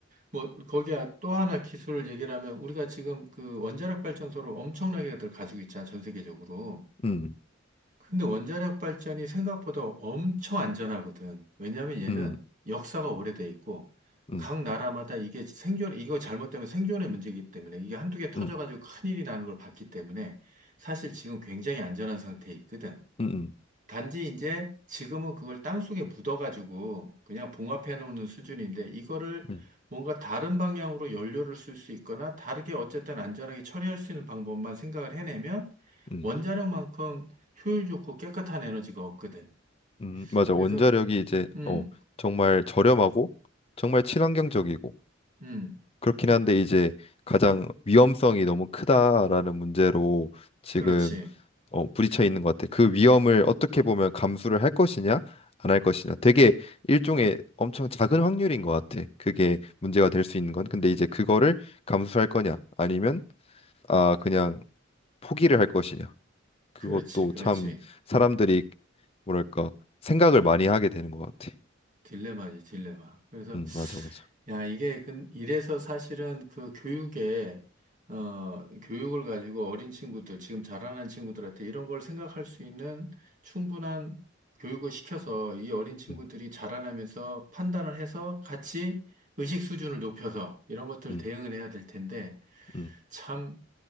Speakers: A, on the right; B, on the left.
A: 뭐 거기에 또 하나 기술을 얘기를 하면 우리가 지금 그 원자력 발전소를 엄청나게들 가지고 있잖아 전 세계적으로.
B: 음,
A: 근데 원자력 발전이 생각보다 엄청 안전하거든. 왜냐하면 얘는
B: 음,
A: 역사가 오래돼 있고
B: 음,
A: 각 나라마다 이게 생존, 이거 잘못되면 생존의 문제이기 때문에 이게 한두 개 터져가지고
B: 음,
A: 큰일이 나는 걸 봤기 때문에 사실 지금 굉장히 안전한 상태에 있거든.
B: 음, 음,
A: 단지 이제 지금은 그걸 땅속에 묻어가지고 그냥 봉합해 놓는 수준인데 이거를
B: 음,
A: 뭔가 다른 방향으로 연료를 쓸 수 있거나 다르게 어쨌든 안전하게 처리할 수 있는 방법만 생각을 해내면
B: 음,
A: 원자력만큼 효율 좋고 깨끗한 에너지가 없거든.
B: 음. 맞아.
A: 그래서
B: 원자력이 이제
A: 음,
B: 어 정말 저렴하고 정말 친환경적이고
A: 음,
B: 그렇긴 한데 이제 가장 위험성이 너무 크다라는 문제로 지금
A: 그렇지,
B: 어, 부딪혀 있는 것 같아. 그 위험을 어떻게 보면 감수를 할 것이냐, 안 할 것이냐. 되게 일종의 엄청 작은 확률인 것 같아. 그게 문제가 될 수 있는 건. 근데 이제 그거를 감수할 거냐, 아니면 아 그냥 포기를 할 것이냐. 그것도
A: 그렇지, 그렇지.
B: 참 사람들이 뭐랄까 생각을 많이 하게 되는 것 같아.
A: 딜레마지, 딜레마. 그래서
B: 음, 맞아, 맞아.
A: 야, 이게 근- 이래서 사실은 그 교육에 어, 교육을 가지고 어린 친구들, 지금 자라는 친구들한테 이런 걸 생각할 수 있는 충분한 교육을 시켜서 이 어린 친구들이
B: 음,
A: 자라나면서 판단을 해서 같이 의식 수준을 높여서 이런 것들
B: 음,
A: 대응을 해야 될 텐데
B: 음.
A: 참